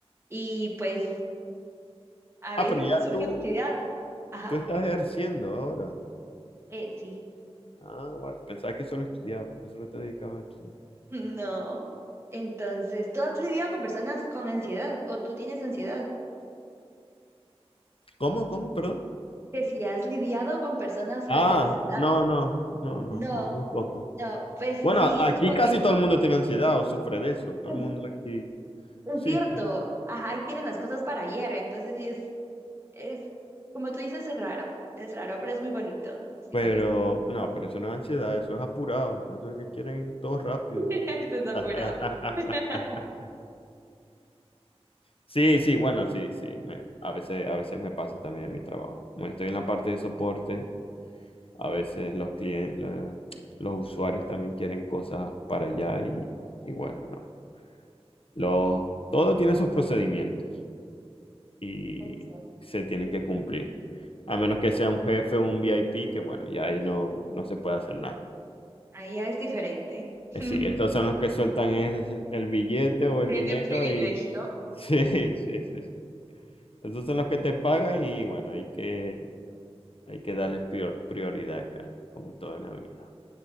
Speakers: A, on the right; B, on the left.
A: y pues a
B: Ah,
A: veces
B: pero ya
A: le surge
B: tú,
A: la ansiedad. Ajá,
B: tú estás ejerciendo ahora.
A: eh, sí,
B: Ah, vale, pensaba que solo estudiabas, que solo te dedicabas a estudiar.
A: <laughs> no. Entonces, ¿tú has lidiado con personas con ansiedad o tú tienes ansiedad?
B: ¿Cómo? ¿Cómo? Perdón.
A: Que si has lidiado con personas
B: Ah,
A: con ansiedad.
B: no, no, no, no,
A: No,
B: no, muy poco.
A: no, pues sí,
B: Bueno, aquí
A: es como
B: casi
A: que
B: todo el mundo tiene ansiedad o sufre de eso, todo
A: <clears throat>
B: el mundo aquí.
A: <laughs> es
B: Sí,
A: cierto,
B: sí.
A: ajá, y quieren las cosas para ayer, entonces sí es, es, como tú dices, es raro, es raro, pero es muy bonito, sí
B: Pero,
A: me gusta.
B: no, pero eso no es ansiedad, eso es apurado, eso es que quieren todo rápido.
A: <laughs> Estás apurado.
B: <laughs>
A: <laughs>
B: Sí, sí, bueno,
A: Sí,
B: sí, sí. me- a veces, a veces me pasa también en mi trabajo. Como estoy en la parte de soporte, a veces los clientes, la- los usuarios también quieren cosas para allá y, y bueno, no. Los, todo tiene sus procedimientos y
A: es cierto.
B: se tienen que cumplir. A menos que sea un jefe o un VIP, que bueno, ya ahí no, no se puede hacer
A: Ahí ya es diferente. <laughs>
B: Eh, Sí, estos son los que sueltan el, el billete o el
A: Tienen
B: dinero
A: privilegio.
B: y <laughs> sí, sí, sí. Estos son los que te pagan y bueno, hay que, hay que darles prior- prioridad, claro, como todo en la vida.